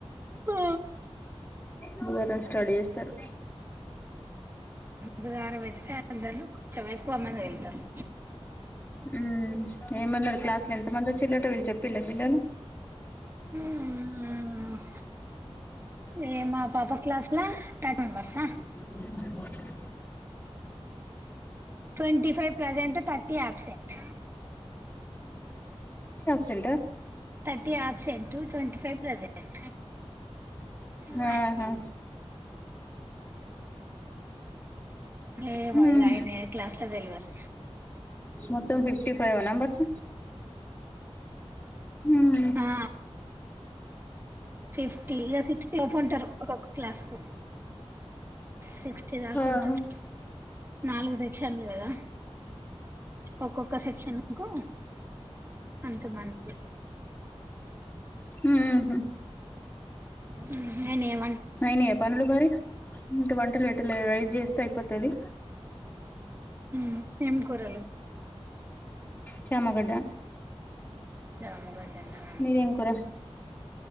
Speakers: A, on the right (about 20°); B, on the left (about 20°).
A: ఆ
B: బుధవారం స్టార్ట్ చేస్తరు
A: బుధవారం అయితే అందరు కొంచెం ఎక్కువ మంది వెళ్తారు
B: హ్మ్ ఏమన్నారు క్లాసు లో ఎంత మంది వచ్చిలటో వీళ్ చెప్పిళ పిల్లలు
A: హ్మ్ ఏ మా పాప క్లాస్ల తట bars
B: <inaudible>
A: twenty five present thirty absent
B: సెంటు
A: thirty absent twenty five present త
B: ఆహా
A: అచ ఏమో
B: హ్మ్
A: ఇగ ఆయన క్లాస్ లో తెల్వదు
B: మొత్తం ఫిఫ్టీ ఫైవ్ అ నెంబర్స్ హ్మ్
A: ఆ ఫిఫ్టీ ఇగ సిక్స్టీ లోపు ఉంటరు ఒక్కొక్క క్లాస్ కు సిక్స్టీ దాకుంటరూ
B: ఆహా
A: నాలుగు సెక్షన్లూ గద ఒక్కొక్క సెక్షన్కు అంత మంది
B: మ్ హ్
A: మ్ నే నేవ్
B: అయినయా పనులు మరి ఇంకా వంటల్ పెట్టలే రైస్ చేస్తే అయిపోతది.
A: మ్ ఏం కూరలు
B: చామగడ్డ.
A: చామగడ్డనా
B: మీదేం కూర